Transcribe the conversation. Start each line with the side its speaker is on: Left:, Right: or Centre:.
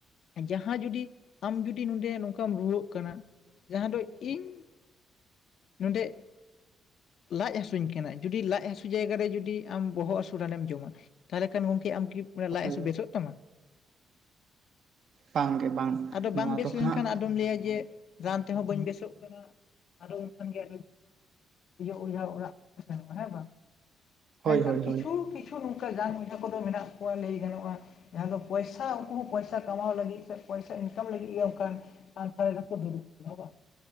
Left: ᱡᱟᱦᱟᱸ ᱡᱩᱫᱤ ᱟᱢ ᱡᱩᱚᱫᱤ ᱱᱚᱰᱮ ᱱᱚᱝᱠᱟᱢ ᱨᱩᱣᱟᱹᱜ ᱠᱟᱱᱟ ᱡᱟᱦᱟᱸ ᱫᱚ ᱤᱧ ᱱᱚᱰᱮ ᱞᱟᱡ ᱦᱟᱥᱩ ᱦᱟᱹᱥᱩᱧ ᱠᱟᱱᱟ ᱡᱩᱫᱤ ᱞᱟᱡ ᱦᱥᱩ ᱡᱟᱭᱜᱟ ᱨᱮ ᱡᱩᱫᱤ ᱟᱢ ᱵᱚᱦᱚᱜ ᱦᱟᱹᱥᱩ ᱨᱟᱱᱮᱢ ᱡᱚᱢᱟ, ᱛᱟᱦᱚᱞᱮ ᱠᱷᱟᱱ ᱜᱚᱢᱠᱮ ᱟᱢ ᱠᱤ ᱢᱟᱱᱮ ᱞᱟᱡ
Right: ᱦᱳᱭ
Left: ᱦᱥᱩ ᱵᱮᱥᱚᱜ ᱛᱟᱢᱟ᱾
Right: ᱵᱟᱝ ᱜᱮ ᱵᱟᱝ
Left: ᱟᱫᱚ
Right: ᱱᱚᱣᱟ
Left: ᱵᱟᱝ ᱵᱮᱥ
Right: ᱫᱚ
Left: ᱞᱮᱱᱠᱷᱟᱱ
Right: ᱦᱟᱸᱜ
Left: ᱟᱫᱚᱢ ᱞᱟᱹᱭᱟ ᱡᱮ ᱨᱟᱱ ᱛᱮᱦᱚᱸ ᱵᱟᱹᱧ ᱵᱮᱥᱚᱜ ᱠᱟᱱᱟ᱾ ᱟᱫᱚ ᱩᱱᱚᱱᱠᱷᱟᱱ ᱜᱮ <unintelligible> ᱚᱡᱷᱟ ᱚᱲᱟᱜ᱾ <unintelligible> ᱦᱮᱸ ᱵᱟᱝ᱾
Right: ᱦᱳᱭ
Left: ᱢᱮᱱᱠᱷᱟᱱ
Right: ᱦᱳᱭ
Left: ᱠᱤᱪᱷᱩ
Right: ᱦᱳᱭ
Left: ᱠᱤᱪᱷ ᱪᱷᱩ ᱱᱚᱝᱠᱟ ᱡᱟᱱ ᱡᱚ ᱠᱚᱫᱚ ᱢᱮᱱᱟᱜ ᱠᱚᱣᱟ ᱞᱟᱹᱭ ᱜᱟᱱᱚᱜ-ᱟ᱾ ᱡᱟᱦᱟᱸ ᱫᱚ ᱯᱚᱭᱥᱟ ᱩᱱᱠᱩ ᱦᱚᱸ ᱯᱚᱭᱥᱟ ᱠᱟᱢᱟᱣ ᱞᱟᱹᱜᱤᱫ ᱥᱮ ᱯᱚᱭᱥᱟ ᱤᱱᱠᱟᱢ ᱞᱟᱹᱜᱤᱫ ᱜᱮ ᱚᱱᱠᱟᱱ <unintelligible> ᱨᱮ ᱠᱚ ᱫᱩᱲᱩᱵ ᱟᱠᱟᱱᱟ ᱵᱟᱝ᱾